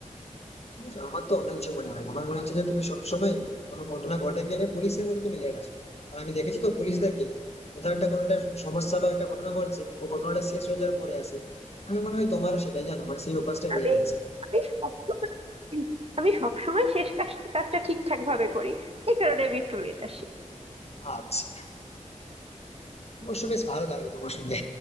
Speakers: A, on the left; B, on the right.
A: বুঝছো, আমার তো অন্য কিছু মনে হয় না। আমার মনে হচ্ছে যে তুমি সবসময় কোনো ঘটনা ঘটে গেলে পুলিশের মতো তুমি লেট আসো কারণ আমি দেখেছি তো পুলিশদেরকে কোথাও একটা কোনো একটা সমস্যা বা একটা ঘটনা ঘটছে ও ঘটনাটা শেষ হয়ে যাওয়ার পরে আসো আমি মনে হয় তোমারও সেটাই জানো মানে সেই অভ্যাসটা
B: আমি
A: বেড়ে গিয়েছে
B: আমি সবসময় আমি সবসময় শেষ কাজ- কাজটা ঠিকঠাক ভাবে করি এই কারণে আমি একটু লেট আসি
A: আচ্ছা অবশ্য বেশ ভালো লাগলো তোমার সঙ্গে